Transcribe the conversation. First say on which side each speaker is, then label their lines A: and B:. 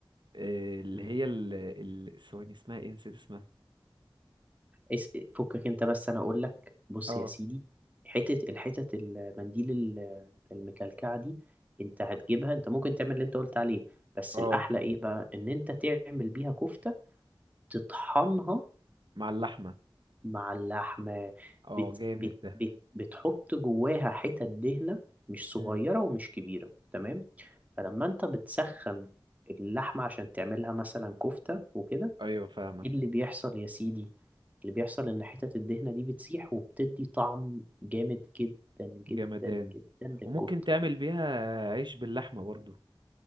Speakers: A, on the right; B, on the right.
A: آه، اللي
B: أمم،
A: هي ال ال- ثواني اسمها ايه نسيت اسمها
B: اس... فكك انت بس انا اقول لك بص
A: اه
B: يا سيدي حتة الحتة المنديل ال- المكلكعة دي انت هتجيبها انت ممكن تعمل اللي انت قلت عليه بس
A: اه
B: الاحلى ايه بقى ان انت تعمل بيها كفتة تطحنها
A: مع اللحمة
B: مع اللحمة
A: اه
B: بت
A: جامد
B: بت
A: ده
B: بت بتحط جواها حتت دهنة مش صغيرة
A: مم.
B: ومش كبيرة تمام فلما انت بتسخن اللحمة عشان تعملها مثلا كفتة وكده
A: ايوه فاهمك
B: ايه اللي بيحصل يا سيدي اللي بيحصل ان حتت الدهنة دي بتسيح وبتدي طعم جامد جدا جدا
A: جمدان
B: جدا للكفتة
A: وممكن تعمل بيها عيش باللحمة برضو